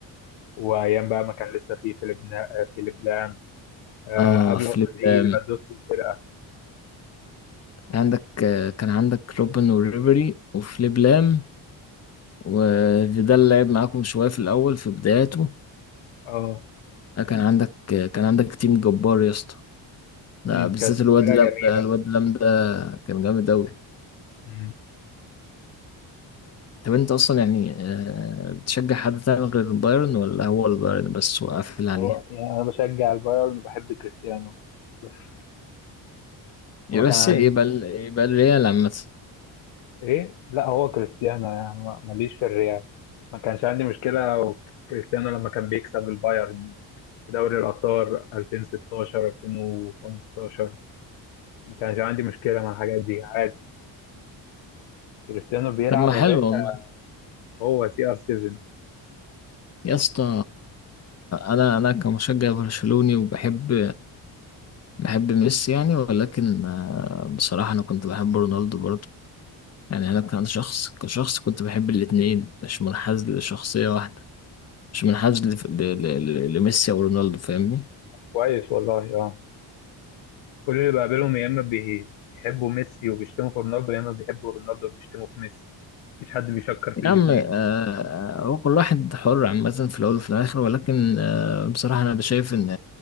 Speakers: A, on the left (about 75°); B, on the left (about 30°).
A: وايام بقى ما كان لسه في فيليب نا... فيليب لام آه،
B: اه
A: قبل
B: فليب
A: اصلا ما يجي
B: لام
A: ليفاندوسكي الفرقة
B: عندك آه، كان عندك روبن وريبري وفليب لام وفيدال لعب معاكم شوية في الأول في بداياته
A: اه
B: آه، كان عندك آه، كان عندك تيم جبار يا اسطى لا
A: امم،
B: بالذات
A: كانت
B: الواد
A: فرقة
B: لام
A: جميلة
B: ده الواد لام ده كان جامد أوي
A: امم.
B: طب أنت أصلا يعني آه، بتشجع حد تاني غير البايرن ولا هو البايرن بس وقافل عليها؟
A: اه يعني انا بشجع البايرن وبحب كريستيانو بس
B: يبقى
A: هو كان
B: الس-
A: عندي
B: يبقى ال- يبقى الريال عامة
A: ايه لا هو كريستيانو يعني ما- ماليش في الريال ما كانش عندي مشكلة لو كريستيانو لما كان بيكسب البايرن في دوري الأبطال 2016 2015 ما كانش عندي مشكلة مع الحاجات دي عادي كريستيانو بيلعب
B: طب ما
A: يا
B: حلو
A: باشا
B: والله
A: هو سي ار 7
B: يا اسطى انا انا كمشجع برشلوني وبحب بحب ميسي يعني ولكن آه، بصراحة انا كنت بحب رونالدو برضه يعني انا كان شخص كشخص كنت بحب الاتنين مش منحاز لشخصية واحدة مش منحاز لف- ل- ل- ل- لميسي او رونالدو فاهمني
A: كويس والله اه كل اللي بقابلهم يا اما بي- بيحبوا ميسي وبيشتموا في رونالدو يا اما بيحبوا رونالدو وبيشتموا في ميسي مفيش حد بيشكر في
B: يا
A: الاثنين
B: عم آه، هو كل واحد حر عامة في الاول وفي الاخر ولكن آه، بصراحة انا شايف ان